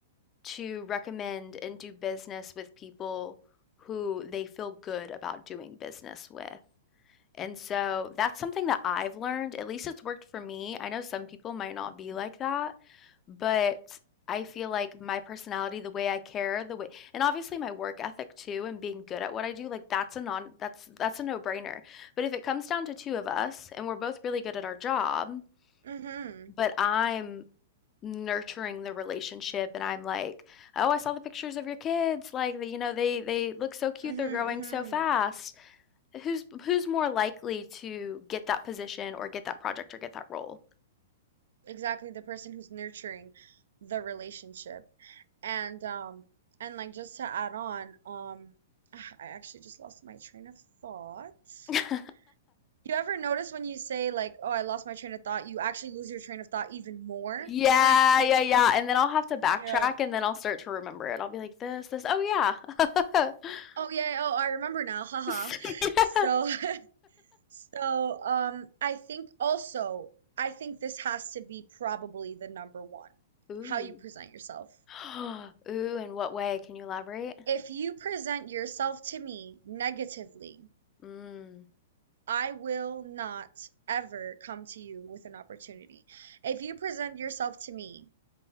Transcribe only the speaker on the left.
to recommend and do business with people who they feel good about doing business with. And so that's something that I've learned. At least it's worked for me. I know some people might not be like that, but I feel like my personality, the way I care, the way, and obviously my work ethic too, and being good at what I do, like that's a non, that's that's a no-brainer. But if it comes down to two of us and we're both really good at our job,
but I'm nurturing the relationship and I'm like, "Oh, I saw the pictures of your kids. Like, you know, they they look so cute.
They're growing
so fast." who's who's more likely to get that position or get that project or get that role?
<laughs>
yeah,
yeah, yeah. And then I'll have to backtrack
and then I'll start to remember it. I'll be like this, this. Oh yeah. <laughs>
yeah.
Ooh.
<gasps> Ooh, in what way? Can you elaborate?
Mm.